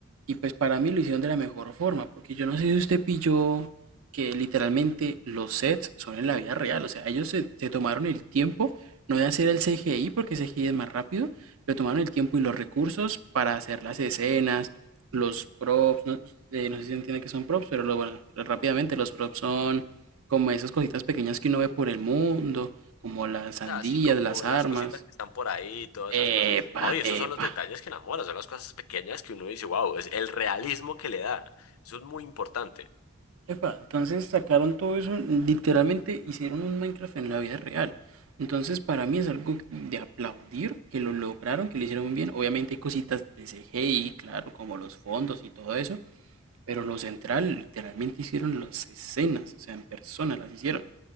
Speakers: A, on the right; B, on the left.
A: Y pues para mí lo hicieron de la mejor forma, porque yo no sé si usted pilló que literalmente los sets son en la vida real, o sea, ellos se, se tomaron el tiempo, no de hacer el CGI, porque CGI es más rápido, pero tomaron el tiempo y los recursos para hacer las escenas, los props, ¿no? eh, no sé si entiende que son props, pero lo, bueno, rápidamente los props son como esas cositas pequeñas que uno ve por el mundo, como las
B: O
A: sandías,
B: sea, así como
A: las armas.
B: las cositas que están por ahí, todas esas
A: Epa,
B: cosas. No, y esos
A: epa.
B: son los detalles que enamoran, son las cosas pequeñas que uno dice, wow, es el realismo que le dan. Eso es muy importante.
A: Epa, entonces sacaron todo eso, literalmente hicieron un Minecraft en la vida real. Entonces para mí es algo de aplaudir que lo lograron, que lo hicieron muy bien. Obviamente hay cositas de CGI, claro, como los fondos y todo eso, pero lo central, literalmente hicieron las escenas, o sea, en persona las hicieron.